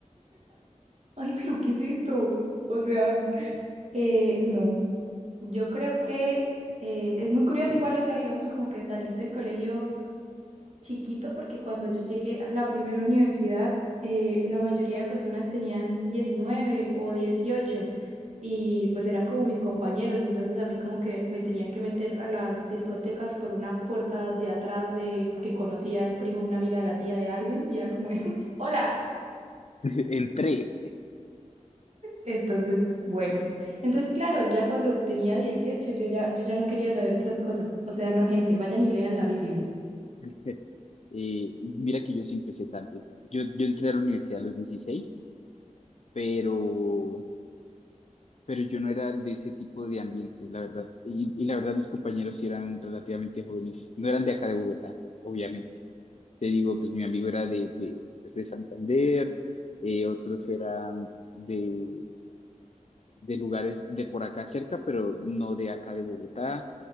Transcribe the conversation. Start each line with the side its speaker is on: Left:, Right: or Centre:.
Right: Ay, pero ¿qué es esto? O sea, eh, no, yo creo que eh, es muy curioso igual, o sea, digamos como que salir del colegio. chiquito porque cuando yo llegué a la primera universidad, eh, la mayoría de personas tenían 19 o 18 y pues eran como mis compañeros, entonces a mí como que me tenían que meter a las discotecas por una puerta de atrás de que conocía al primo, una amiga de la tía de alguien y era como, de, <laughs> hola.
Left: <laughs> Entré.
Right: Entonces, bueno, entonces claro, ya cuando tenía 18 yo ya, yo ya no quería saber de esas cosas, o sea, no gente, vayan y lean la Biblia.
Left: <laughs> Eh, mira que yo sí empecé tarde. Yo, yo entré a la universidad a los dieciséis pero pero yo no era de ese tipo de ambientes, la verdad. Y, y la verdad mis compañeros sí eran relativamente jóvenes, no eran de acá de Bogotá, obviamente. Te digo, pues mi amigo era de, de, pues, de Santander, eh, otros eran de, de lugares de por acá cerca, pero no de acá de Bogotá.